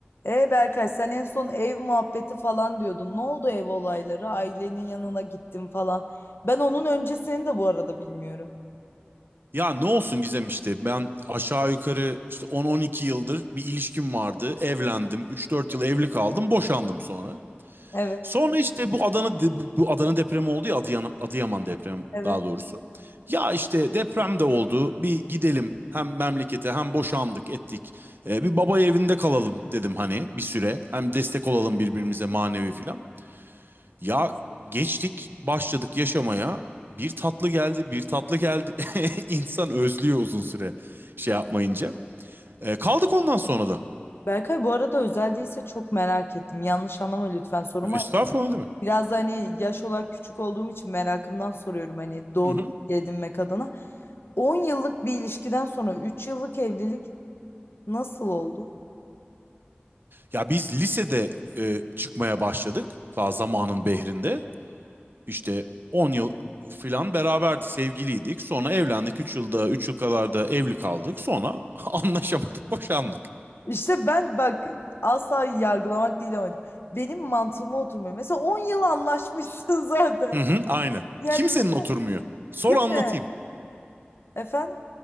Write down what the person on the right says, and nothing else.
Ya ne olsun Gizem işte ben aşağı yukarı işte 10-12 yıldır bir ilişkim vardı. Evlendim. 3-4 yıl evli kaldım. Boşandım sonra.
Sonra işte bu Adana de- bu Adana depremi oldu ya Adıyaman, Adıyaman depremi
daha doğrusu. Ya işte deprem de oldu. Bir gidelim hem memlekete hem boşandık ettik. Ee, bir baba evinde kalalım dedim hani bir süre. Hem destek olalım birbirimize manevi filan. Ya geçtik başladık yaşamaya. Bir tatlı geldi, bir tatlı geldi. <laughs> İnsan özlüyor uzun süre şey yapmayınca. E, kaldık ondan sonra da.
Estağfurullah ne demek.
Hı hı.
Ya biz lisede e, çıkmaya başladık. Ta zamanın behrinde. İşte 10 yıl filan beraberdik, sevgiliydik. Sonra evlendik. üç yılda, üç yıl kadar da evli kaldık. Sonra <laughs> anlaşamadık, boşandık.
Hı hı, aynen.
Kimsenin
oturmuyor. Sor
anlatayım.